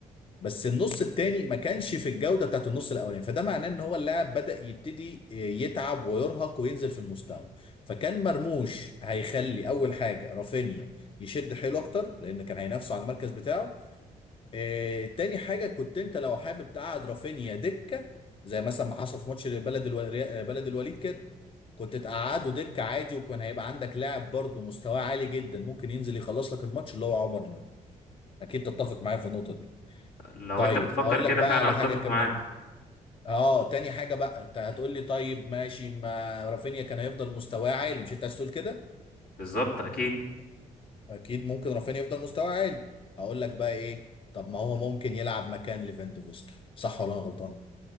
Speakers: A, on the left; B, on the left.
A: بس النص التاني ما كانش في الجودة بتاعت النص الأولاني فده معناه إن هو اللاعب بدأ يبتدي آه، يتعب ويرهق وينزل في المستوى فكان مرموش هيخلي أول حاجة رافينيا يشد حيله أكتر لأن كان هينافسه على المركز بتاعه آه، تاني حاجة كنت أنت لو حابب تقعد رافينيا دكة زي مثلا ما حصل في ماتش بلد الو- بلد الوليد كده كنت تقعده دكة عادي وكان هيبقى عندك لاعب برضه مستواه عالي جدا ممكن ينزل يخلص لك الماتش اللي هو عمر مرموش أكيد تتفق معايا في النقطة دي
B: لو
A: طيب
B: انت بتفكر
A: اقول
B: كده
A: لك بقى
B: فعلا
A: على
B: اتفق
A: حاجه كمان
B: معاك
A: اه تاني حاجه بقى انت هتقول لي طيب ماشي ما رافينيا كان هيفضل مستواه عالي مش انت عايز تقول كده
B: بالظبط اكيد
A: اكيد ممكن رافينيا يفضل مستواه عالي هقول لك بقى ايه طب ما هو ممكن يلعب مكان ليفاندوفسكي صح ولا انا غلطان